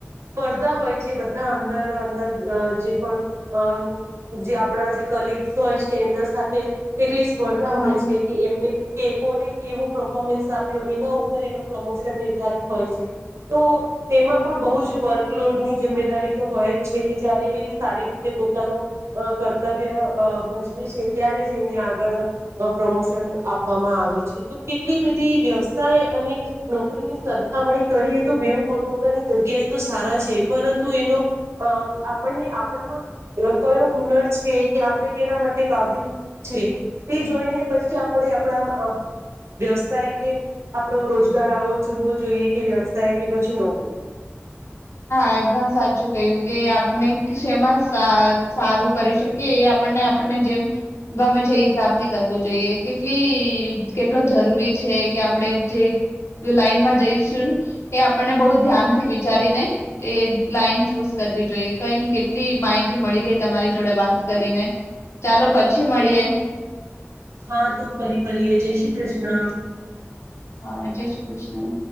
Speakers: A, on the right; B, on the left.
A: સ્પર્ધા હોય છે બધા અંદર રો અંદર અ જે પણ અ જે આપણા જે કલીગ્સ હોય છે એમના સાથે <unintelligible> સ્પર્ધા હોય
B: હા
A: છે, કે એમને કે કોને કેવું પરફોર્મન્સ આપ્યું એના ઉપર એનું પ્રમોશન નિર્ધારિત હોય છે. તો તેમાં પણ બહુ વર્કલોડની જિમ્મેદારી તો હોય જ છે, કે જયારે એ સારી રીતે પોતાનો અ કર્તવ્ય અ ભજવે છે, ત્યારે જ એને આગળ અ પ્રમોશન આપવામાં આવે છે. તો એટલી બધી વ્યવસાય અને નોકરીની સરખામણી કરીએ તો બેવું પોતપોતાની જગ્યાએ તો સારા છે પરંતુ એનો અમ આપણને આપણામાં કયો હુનર છે કે આપણે કેના માટે કાબિલ છે એ જોઈને પછી આપણે આપણા અ વ્યવસાય કે આપણો રોજગાર આવો ચૂનવો જોઈએ કે વ્યવસાય કે પછી નોકરી
B: હા એકદમ સાચું કય્યું કે આપને સેમા સ સારું કરી શકીએ એ આપણને આપણને જેમ ગમે છે એ હિસાબથી કરવું જોઈએ કેટલી કેટલો જરૂરી છે, કે આપણે જે જો લાઈનમાં જઈશું એ આપણને બઉ ધ્યાનથી વિચારીને એ લાઈન ચૂઝ કરવી જોઈએ કઈ નહીં કેટલી માહિતી મળી ગઈ તમારી જોડે વાત કરીને ચાલો પછી મળીએ.
A: હા તું ફરી <unintelligible> જય શ્રી કૃષ્ણ.
B: હા જય શ્રી કૃષ્ણ.